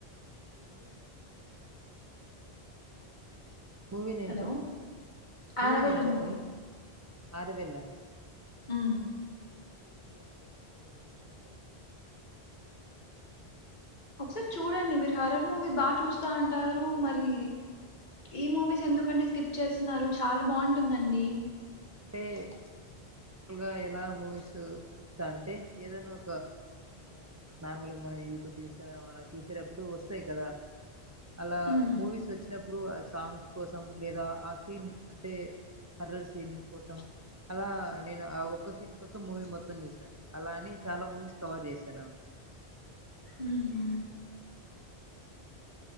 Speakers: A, on the right; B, on the left.
A: అండి మూవీ నేమ్
B: హలో
A: చెప్పండి మూవీ
B: ఆనబెల్ల
A: నేమ్ చెప్పండి
B: మూవీ
A: అరేవళ్ళ
B: హు
A: ఏమో అండి తెలియదండి చూడలేదు
B: ఒకసారి చూడండి మీరు హరర్ మూవీస్ బాగా చూస్తా అంటారు మరి ఈ మూవీస్ ఎందుకండి స్కిప్ చేస్తున్నారు చాలా బాగుంటుందండి
A: అంటే నార్ల్గా ఎలా మూవీస్ చూస్తా అంటే ఏదైనా ఒక ఇప్పుడు నార్మల్గా మనం యూట్యూబ్ ఇన్స్టాగ్రామ్ అలా చూసేటప్పుడు వస్తాయి కదా అలా
B: ఉహు
A: మూవీస్ వచ్చినప్పుడు సాంగ్స్ కోసం లేదా ఆ సీన్ అంటే హర్రర్ సీన్ కోసం అలా నేను ఆ ఒక్క సీన్ కోసం మూవీ మొత్తం చూసాండి అలా అని చాలా మూవీస్ కవర్ చేశాను అన్నమాట
B: హు హు